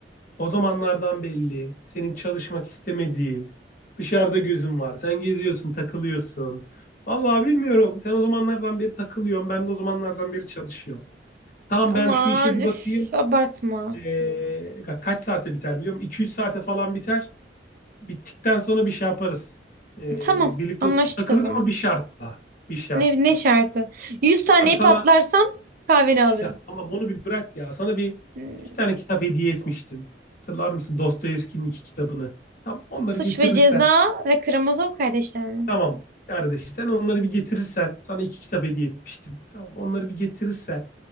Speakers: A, on the left; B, on the right.
A: O zamanlardan belli. Senin çalışmak istemediğin, dışarıda gözün var. Sen geziyorsun, takılıyorsun. Vallahi bilmiyorum. Sen o zamanlardan beri takılıyorsun. Ben de o zamanlardan beri çalışıyorum. Tamam
B: Aman
A: ben şu işe bir
B: üf,
A: bakayım.
B: abartma.
A: Ee, ka- kaç saate biter biliyor musun? 2-3 saate falan biter. Bittikten sonra bir şey yaparız. Ee,
B: Tamam
A: birlikte
B: anlaştık
A: oturup takılırız
B: o zaman.
A: ama bir şartla. Bir şartla.
B: Ne, ne şartı? 100 taneyi
A: Abi sana
B: patlarsam kahveni alırım.
A: Ya tamam onu bir bırak ya. Sana bir
B: Hmm,
A: iki tane kitap hediye etmiştim. Hatırlar mısın Dostoyevski'nin iki kitabını? Tam onları
B: Suç
A: getirirsen
B: ve Ceza ve Karamazov kardeşler mi?
A: tamam kardeş sen onları bir getirirsen sana iki kitap hediye etmiştim. Tamam onları bir getirirsen